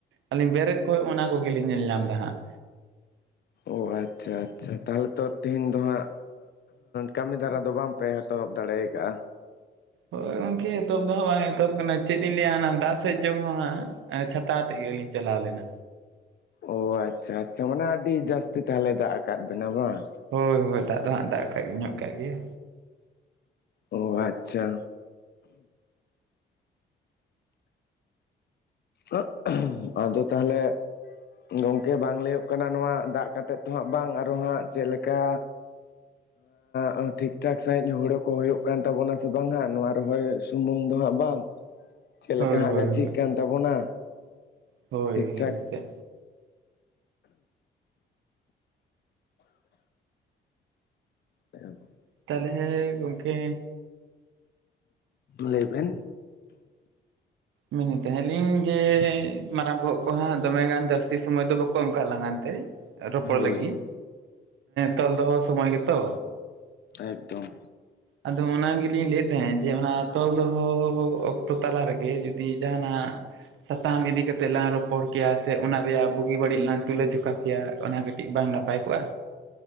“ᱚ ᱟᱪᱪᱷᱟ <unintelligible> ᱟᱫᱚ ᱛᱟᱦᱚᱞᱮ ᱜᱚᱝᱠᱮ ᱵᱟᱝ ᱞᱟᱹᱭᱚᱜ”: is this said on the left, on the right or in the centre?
Left